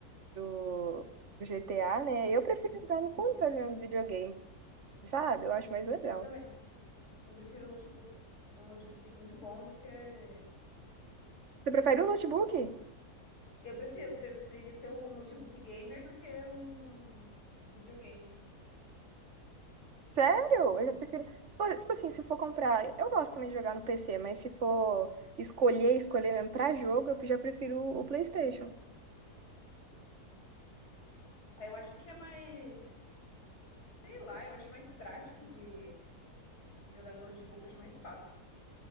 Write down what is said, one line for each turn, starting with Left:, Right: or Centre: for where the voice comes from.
Right: do, do GTA, né? Eu prefiro jogar no controle mesmo de videogame, sabe? Eu acho mais legal.
Left: Eu também. Eu prefiro notebook. Então, um notebook muito bom do que.
Right: Você prefere o notebook?
Left: Eu prefiro, pre- preferia ter um notebook gamer do que um videogame.
Right: Sério? Eu já prefiro. Se for, tipo assim, se for comprar. Eu gosto também de jogar no PC, mas se for escolher, escolher mesmo pra jogo, eu já prefiro o PlayStation.
Left: Aí eu acho que é mais. Sei lá, eu acho mais prático de jogar no notebook, eu acho mais fácil.